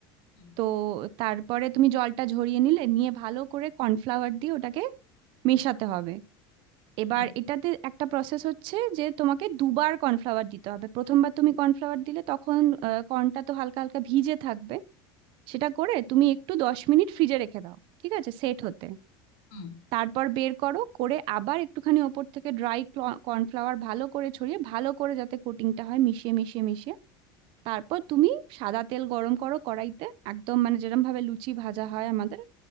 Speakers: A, on the left; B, on the right.
A: হুম,
B: তো তারপরে তুমি জলটা ঝরিয়ে নিলে নিয়ে ভালো করে কর্নফ্লাওয়ার দিয়ে ওটাকে মেশাতে হবে এবার
A: আচ্ছা
B: এটাতে একটা প্রসেস হচ্ছে যে তোমাকে দুবার কর্নফ্লাওয়ার দিতে হবে প্রথমবার তুমি কর্নফ্লাওয়ার দিলে তখন কর্নটা তো হালকা হালকা ভিজে থাকবে সেটা করে তুমি একটু দশ মিনিট ফ্রিজে রেখে দাও ঠিক আছে সেট হতে
A: হুম
B: তারপর বের করো করে আবার একটুখানি ওপর থেকে ড্রাই কর্নফ্লাওয়ার ভালো করে ছড়িয়ে ভালো করে যাতে কোটিংটা হয় মিশিয়ে মিশিয়ে মিশিয়ে তারপর তুমি সাদা তেল গরম করো কড়াইতে একদম মানে যেরকম ভাবে লুচি ভাজা হয় আমাদের